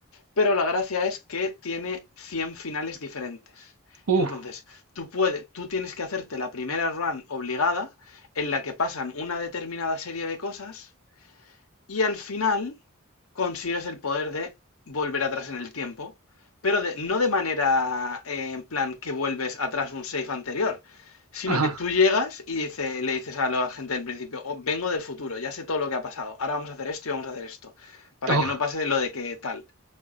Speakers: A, on the left; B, on the right.
A: Pero la gracia es que tiene 100 finales diferentes.
B: uh,
A: Entonces, tú, puedes, tú tienes que hacerte la primera run obligada en la que pasan una determinada serie de cosas y al final consigues el poder de volver atrás en el tiempo, pero de- no de manera eh, en plan que vuelves atrás un save anterior, sino
B: ajá.
A: que tú llegas y dice- le dices a la gente del principio, "Oh, vengo del futuro, ya sé todo lo que ha pasado, ahora vamos a hacer esto y vamos a hacer esto, para
B: Oh.
A: que no pase lo de que tal.